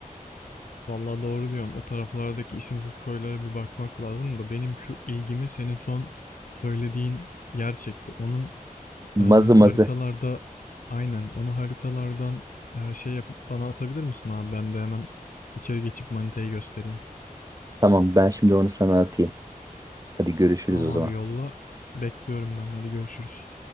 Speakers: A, on the left; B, on the right.
A: Vallahi doğru diyorsun. O taraflardaki isimsiz koylara bir bakmak lazım da benim şu ilgimi senin son söylediğin yer çekti. Onun
B: Mazı
A: e,
B: mazı.
A: haritalarda aynen onu haritalardan e, şey yapıp bana atabilir misin abi? Ben de hemen içeri geçip manitayı göstereyim.
B: Tamam ben şimdi onu sana atayım. Hadi görüşürüz
A: Tamam
B: o zaman.
A: abi yolla. Bekliyorum ben. Hadi görüşürüz.